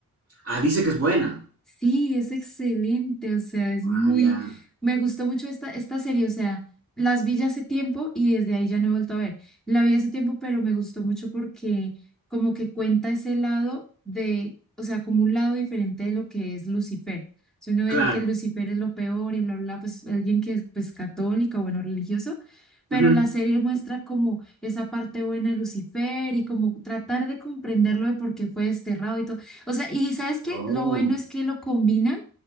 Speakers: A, on the right; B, in the centre.
A: Ah, dice que es buena.
B: Sí, es excelente, o sea, es
A: Ah,
B: muy,
A: ya.
B: me gustó mucho esta, esta serie, o sea, las vi ya hace tiempo y desde ahí ya no he vuelto a ver. La vi hace tiempo, pero me gustó mucho porque como que cuenta ese lado de, o sea, como un lado diferente de lo que es Lucifer. Si uno ve
A: Claro.
B: que Lucifer es lo peor y bla, bla, bla, pues alguien que es pues católico, bueno, religioso, pero
A: Ujú.
B: la serie muestra como esa parte buena de Lucifer y como tratar de comprenderlo de por qué fue desterrado y todo. O sea, y ¿sabes qué?
A: Oh.
B: Lo bueno es que lo combinan